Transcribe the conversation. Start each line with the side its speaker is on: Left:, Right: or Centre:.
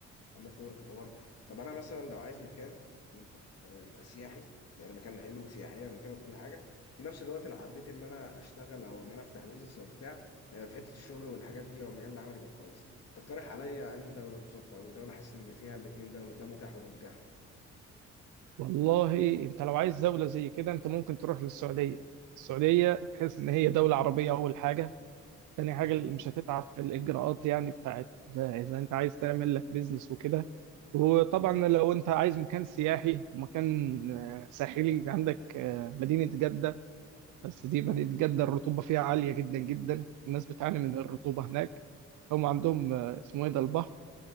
Left: عندك خبره في الحوار طب انا مثلا لو عايز مكان يبقى في يبقى سياحي يعني مكان حلو سياحيا وكده وكل حاجه في نفس الوقت لو حبيت ان انا اشتغل او ان انا افتح بيزنس او بتاع آه، في حته الشغل والحاجات دي او مجال العمل يبقى كويس تقترح عليا انهي دوله بالظبط او دوله حاسس ان فيها الاثنين ده ده متاح وده متاح
Right: والله انت لو عايز دولة زي كده انت ممكن تروح للسعودية السعودية بحيث ان هي دولة عربية اول حاجة تاني حاجة
Left: مم.
Right: اللي مش هتتعب في الاجراءات يعني بتاعت اذا إذا انت عايز تعمل لك بيزنس وكده وطبعا لو انت عايز مكان سياحي ومكان آه، ساحلي عندك آه، مدينة جدة بس دي مدينة جدة الرطوبة فيها عالية جدا جدا الناس بتعاني من الرطوبة هناك هم عندهم آه، اسمه ايه ده البحر